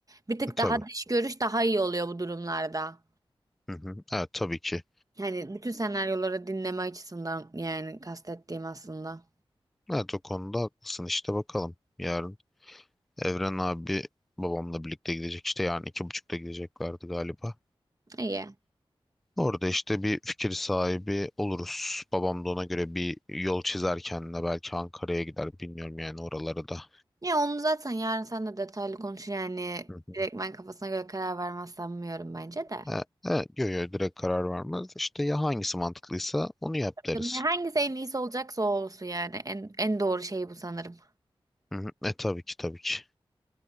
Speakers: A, on the right; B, in the centre.
A: Bir tık
B: E, tabii.
A: daha dış görüş daha iyi oluyor bu durumlarda.
B: Hı hı. Evet tabii ki.
A: Hani bütün senaryoları dinleme açısından yani kastettiğim aslında.
B: Evet o konuda haklısın işte bakalım. Yarın Evren abi babamla birlikte gidecek işte yani iki buçukta gideceklerdi galiba.
A: İyi.
B: Orada işte bir fikir sahibi oluruz. Babam da ona göre bir yol çizer kendine belki Ankara'ya gider bilmiyorum yani oralara da.
A: Ya onu zaten yarın sen de detaylı konuşun yani
B: Hı hı.
A: direkt ben kafasına göre karar vermez sanmıyorum bence de.
B: E, evet, yo, yo, direkt karar vermez. İşte ya hangisi mantıklıysa onu yap deriz.
A: Canım, ya Hangisi en iyisi olacaksa o olsun yani en, en doğru şey bu sanırım.
B: Hı hı. E tabii ki tabii ki